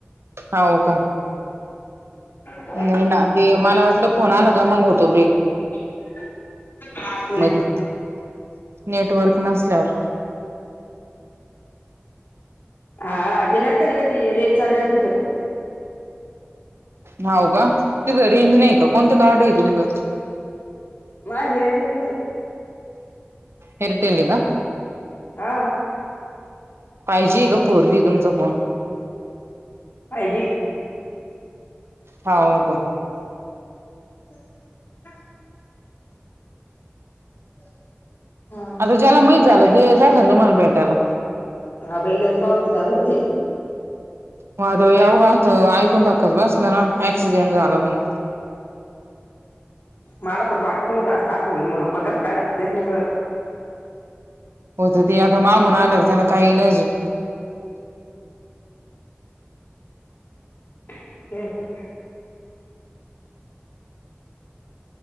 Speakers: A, on the right; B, on the left.
A: आओ का?
B: ह <inaudible> <inaudible>
A: नाही ना दे मला वाटलं फोन आला का मंग होत ब्रेक
B: <unintelligible>
A: मधी नेटवर्क नसल्यावर
B: हा ते ना कधी कधी रेंज चालले तीथ.
A: हाव का तिथ रेंज नाही का कोणतं कार्ड आहे तुमचं?
B: माझ ऐअर टेलचये.
A: ऐअर टेलये ना.
B: आ.
A: फाय जी का फोर जी ये तुमचा फोन?
B: Five G.
A: हाव ओ का.
B: हम् <unintelligible> <inaudible> हा
A: आता ज्याला माहीत झालं ते येतात संध्याकाळ मला भेटायला.
B: हा बाई यांचा आजून चालवते.
A: माधव येवं असं ऐकून धक्कच बसलं ना ऍक्सिडेंट झाला म्हणे.
B: मला खर वाटत नव्हत असं हं होईल म्हणून कस काय झालं तेच नाही कळ
A: होत ते आता मागून आल्यावर त्याला काय इलाजये.
B: <unintelligible>